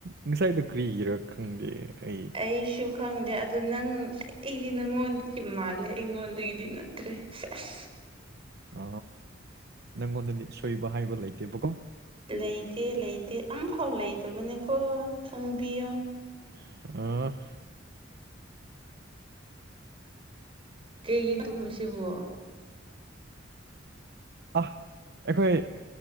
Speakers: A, on the right; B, on the right.
A: ꯉꯁꯥꯏꯗꯣ ꯀꯔꯤꯒꯤꯔꯥ ꯈꯪꯗꯦ ꯑꯩ
B: ꯑꯩꯁꯨ ꯈꯪꯗꯦ ꯑꯗꯣ ꯅꯪ ꯑꯩꯗꯤ ꯅꯪꯉꯣꯟꯗꯤ ꯀ ꯃꯥꯜꯂꯦ ꯑꯩꯉꯣꯟꯗꯒꯤꯗꯤ ꯅꯠꯇ꯭ꯔꯦ ꯁ ꯑꯁ
A: ꯑ ꯅꯪꯉꯣꯟꯗ ꯁꯣꯏꯕ ꯍꯥꯏꯕ ꯂꯩꯇꯦꯕꯀꯣ
B: ꯂꯩꯇꯦ ꯂꯩꯇꯦ ꯑꯃꯝꯐꯥꯎ ꯂꯩꯇꯕꯅꯦꯀꯣ ꯈꯪꯕꯤꯌꯣ
A: ꯑ
B: ꯀꯩꯒꯤ ꯇꯨꯝꯃꯤꯁꯤꯕꯨ꯫
A: ꯑ ꯑꯩꯈꯣꯏ